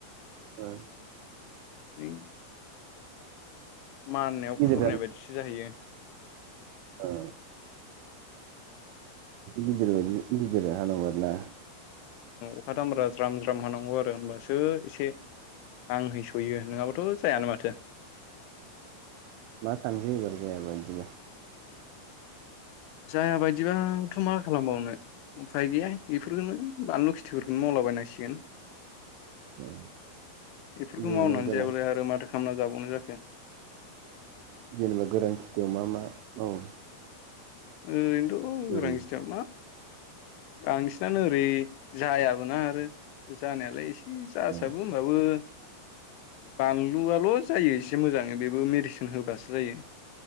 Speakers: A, on the right (about 80°); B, on the left (about 80°).
A: <unintelligible> अ
B: <unintelligible> माननायाव
A: गिदिर
B: खुरनाय बायदिसो जाहैयो
A: औ गिदिर बायदि गिदिर हाला आरो ना <unintelligible>
B: अखा दामब्रा ज्राम ज्राम हानांगौ आरो होमबासो एसे <unintelligible> आं है सहैयो नङाबाथ' जायानो माथो
A: मा सानदो जायाबा इदिनो
B: जाया बायदिबा थ' मा खालामबावनो उफाय गैया बेफोरखौनो बानलु खिथिफोरखौनो मावला बायनांसिगोन
A: औ
B: बेफोरखौ
A: जेनेबा
B: मावनानै
A: गोरान
B: जायाबालाय आरो माथो खालामना जाबावनो जाखो
A: जेनेबा गोरान खेथियाव मा मा मावो
B: ओरैनोथ' गोरान
A: ओरै
B: खेथियाव मा बांसिनानो ओरै जायाबोना आरो जानायालाय एसे जासाबो
A: ओ
B: होनबाबो <unintelligible> बानलुआल' जायो एसे मोजाङै बेबो मेडिसिन होबासो जायो